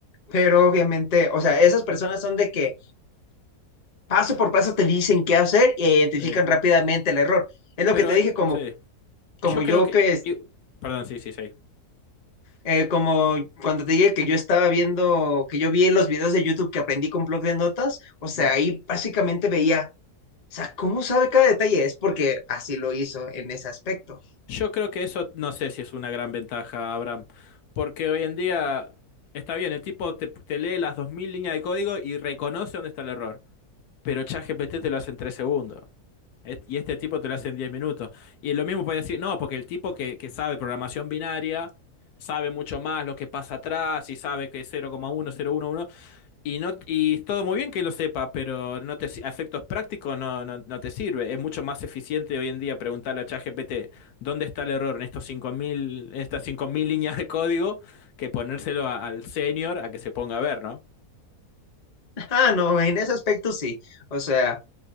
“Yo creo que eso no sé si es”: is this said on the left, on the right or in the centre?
Left